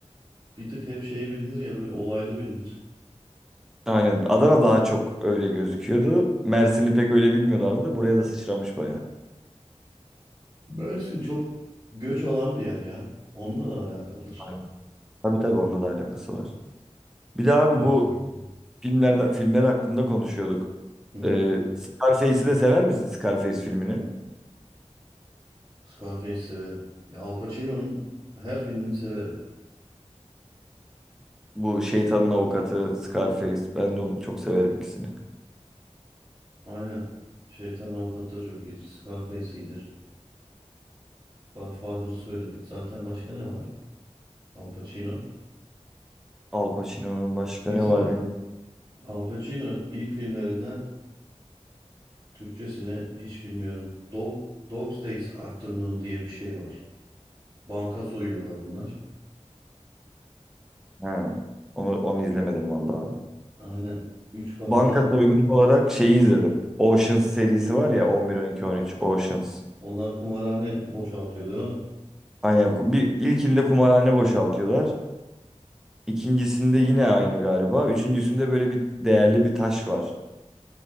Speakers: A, on the right; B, in the centre.
A: bir tık hep şey bilinir ya böyle olaylı bilinir.
B: Aynen Adana daha çok öyle gözüküyordu. Mersin'i pek öyle bilmiyorlardı da buraya da sıçramış baya.
A: Mersin çok göç alan bir yer ya. Onunla da alakalıdır.
B: Aynen. Tabii tabii onunla da alakası var. Bir de abi
A: Mevsimlik
B: bu filmlerden filmler hakkında konuşuyorduk.
A: Hı hı.
B: Ee, Scarface'i de sever misin Scarface filmini?
A: Scarface'i severim. Ya Al Pacino'nun her filmini severim.
B: Bu şeytanın avukatı Scarface. Ben de onu çok severim ikisini.
A: Aynen. Şeytan Avukat da çok iyidir. Scarface iyidir. Godfather'ı söyledik. Zaten başka ne var? Al Pacino.
B: Al Pacino'nun başka
A: Mesela
B: ne var bilmiyorum.
A: Al Pacino ilk filmlerinden Türkçesine hiç bilmiyorum. Dog, Dog's Days Afternoon diye bir şey var. Banka soyuyorlar bunlar.
B: Ha. Onu, onu izlemedim vallahi abi.
A: Aynen. Üç kafalar
B: Banka soygunu olarak şeyi izledim. Oceans serisi var ya 11, 12, 13 Oceans.
A: onlar kumarhane boşaltıyor değil mi?
B: Aynen. ku- Bir, ilkinde kumarhane boşaltıyorlar. İkincisinde yine aynı galiba. Üçüncüsünde böyle bir değerli bir taş var.